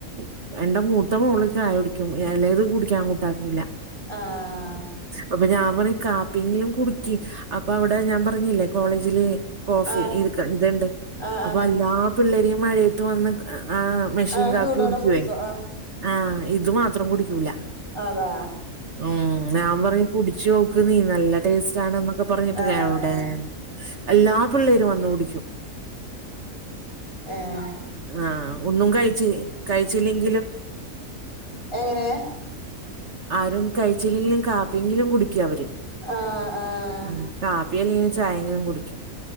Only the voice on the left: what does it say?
ആഹ്
ആഹ്
ആഹ്
ആഹ്
ആഹ്
ചൂടോടെ
കുടിക്കും ആഹ്
അതെ
ആഹ്
ആഹ്
ഏഹ്
എങ്ങനെ
ആഹ് ആഹ്